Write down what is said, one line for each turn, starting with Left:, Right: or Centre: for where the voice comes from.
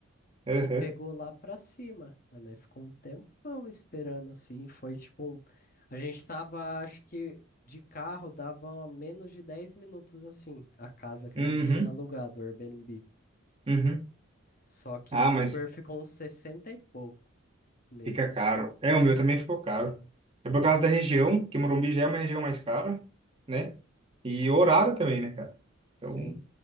Right: Uhum.
Left: e pegou lá pra cima. Mas né, ficou um tempão esperando assim. Foi tipo um... A gente tava, acho que de carro dava menos de 10 minutos assim, a casa que
Right: Uhum.
Left: a gente tinha alugado, o Airbnb.
Right: Uhum.
Left: Só que
Right: Ah,
Left: o
Right: mas,
Left: Uber ficou uns 60 e pouco nesse.
Right: Fica caro. É, o meu também ficou caro. É por causa da região, que Morumbi já é uma região mais cara, né? E o horário também, né, cara? Então,
Left: Sim.